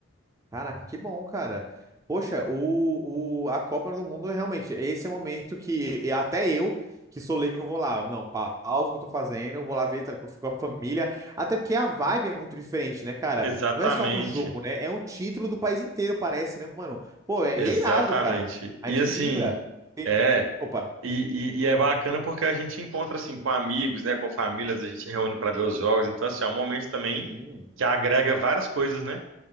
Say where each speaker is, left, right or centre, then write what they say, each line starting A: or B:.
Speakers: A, on the right (about 15°); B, on the right (about 80°).
A: Caraca, que bom, cara. Poxa, o, o, a Copa do Mundo, realmente, esse é o momento que e até eu, que sou leigo, eu vou lá. Não, pausa o que eu tô fazendo, eu vou lá ver, tá, que eu fico com a família. Até porque a vibe é muito diferente, né, cara?
B: Exatamente,
A: Não é só um jogo, né? É um título do país inteiro, parece, né, mano? Pô, é,
B: exatamente.
A: e é irado, cara. A
B: E
A: gente
B: assim,
A: vibra. Tem-
B: é.
A: Opa.
B: E, e- e é bacana porque a gente encontra assim com amigos, né, com famílias, a gente reúne para ver os jogos. Então, assim, é um momento também
A: Sim.
B: que agrega várias coisas, né?